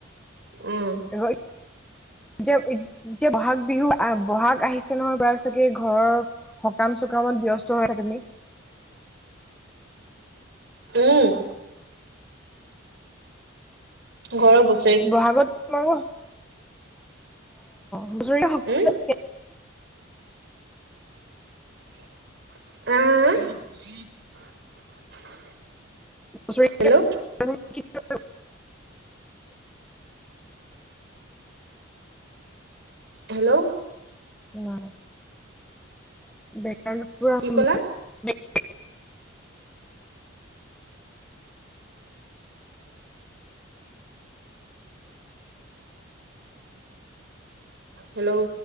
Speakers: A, on the right; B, in the centre.
A: উম,
B: এতিয়া এতিয়া বহাগ বিহু আহ, বহাগ আহিছে নহয় বাৰু চাগে ঘৰৰ সকাম-চকামত ব্যস্ত হৈছা তুমি?
A: উম। ঘৰৰ বস্তু।
B: বহাগত <unintelligible> অ', হুচৰি
A: উম,
B: <unintelligible>
A: আ, আ, আ?
B: বছৰি
A: হেল্ল'?
B: <unintelligible>
A: হেল্ল'?
B: <unintelligible> <unintelligible>
A: কি ক'লা হেল্ল'?